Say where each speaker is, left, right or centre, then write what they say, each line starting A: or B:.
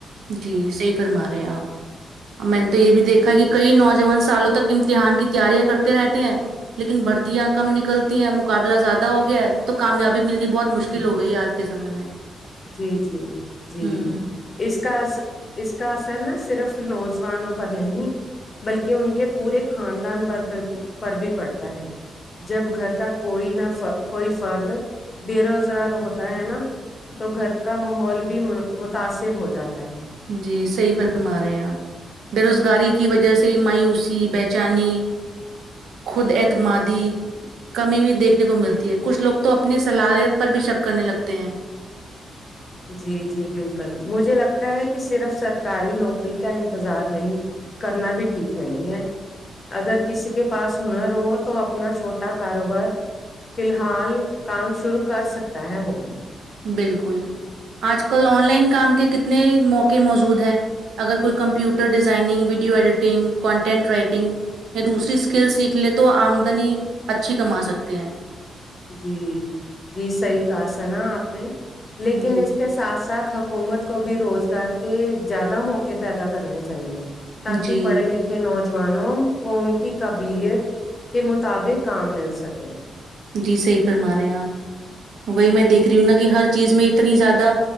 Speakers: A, on the right; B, on the left.
A: جی صحیح فرما رہے ہیں آپ میں نے تو یہ بھی دیکھا
B: جی
A: کہ کئی نوجوان سالوں تک امتحان کی تیاریاں کرتے رہتے ہیں لیکن بھرتیاں کم نکلتی ہیں مقابلہ زیادہ ہو گیا ہے تو کامیابی ملنی بہت مشکل
B: جی
A: ہو گئی ہے آج کے سمے میں
B: جی جی جی
A: ہوں
B: اس کا اث اس کا اثر نا صرف نوجوانوں پر نہیں بلکہ ان کے پورے خاندان پر پر بھی پڑتا ہے جب گھر کا کوئی نہ فر کوئی فرد بے روزگار ہوتا ہے نا تو گھر کا ماحول بھی متاثر ہو جاتا ہے
A: جی صحیح فرما رہے ہیں آپ بے روزگاری کی وجہ سے مایوسی بے چینی خود اعتمادی کمی بھی دیکھنے کو ملتی ہے کچھ لوگ تو اپنی صلاحیت پر بھی شک کرنے لگتے ہیں
B: جی جی بالکل مجھے لگتا ہے کہ صرف سرکاری نوکری کا انتظار نہیں کرنا بھی ٹھیک نہیں ہے اگر کسی کے پاس ہنر ہو تو اپنا چھوٹا کاروبار فی الحال کام شروع کر سکتا ہے وہ
A: بالکل آج کل آن لائن کام کے کتنے موقع موجود ہیں اگر کوئی computer designing video editing content writing یا دوسری اسکیل سیکھلے تو آمدنی اچھی کما سکتے ہیں
B: جی جی صحیح کہا سنا آپ نے لیکن
A: جی
B: اس کے ساتھ ساتھ حکومت کو بھی روزگار کے زیادہ موقع پیدا کرنے چاہیے تاکہ
A: جی
B: پڑھے لکھے کھے نوجوانوں کو ان کی قابلیت کے مطابق کام مل سکے
A: جی صحیح فرما رہے ہیں آپ وہی میں دیکھ رہی ہوں نا کہ ہر چیز میں اتنی زیادہ